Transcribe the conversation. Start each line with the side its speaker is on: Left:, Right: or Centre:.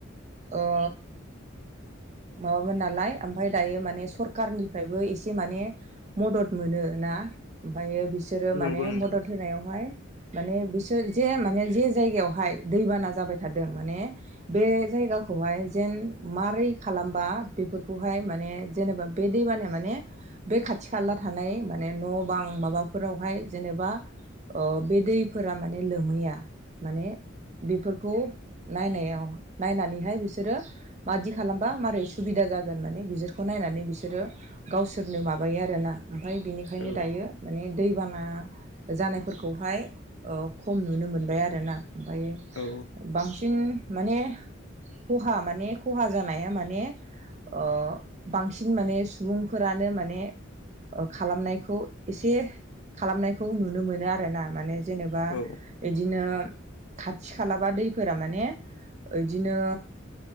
Right: ओ। माबामोन नालाय ओमफाय दायो माने सरकारनिफ्रायबो एसे माने मदद मोनो ना ओमफायो बिसोरो
Left: नंगौ
Right: माने
Left: नोंथां
Right: मदद
Left: औ
Right: होनायावहाय माने बिसोर जे माने जे जायगायावहाय दैबाना जाबाय थादों माने बे जायगाखौहाय जेन मारै खालामबा बेफोरखौहाय माने जेनेबा बे दैबाना माने बे खाथि-खाला थानाय माने न' बां माबाफोरावहाय जेनेबा ओ बे दैफोरा माने लोमहैया माने बेफोर खौ नायनायाव नायनानैहाय बिसोरो मादि खालामबा मारै सुबिदा जागोन माने बिसोरखौ नायनानै बिसोरो गावसोरनो माबायो आरोना ओमफ्राय बिनिखायनो
Left: औ
Right: दायो माने दैबाना जानायफोरखौहाय ओ खम नुनो मोनबाय आरोना ओमफाय
Left: औ
Right: बांसिन माने खहा माने खहा जानाया माने ओ बांसिन माने सुबुंफोरानो माने खालामनायखौ एसे खालामनायखौ नुनो मोनो आरोना माने जेनेबा
Left: औ
Right: इदिनो खाथि खालाबा दैफोरा माने इदिनो